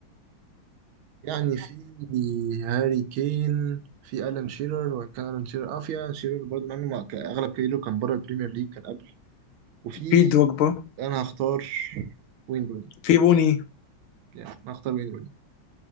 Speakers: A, on the right; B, on the left.
A: يعني في هاري كين في الان شيرر وان كان الان شيرر اه في الان شيرر برضه مع انه ما- ك- اغلب كاريره كان بره البريمير ليج كان قبل وفي
B: في دوجبا
A: انا هختار وين روني
B: في بوني
A: يعني انا هختار وين روني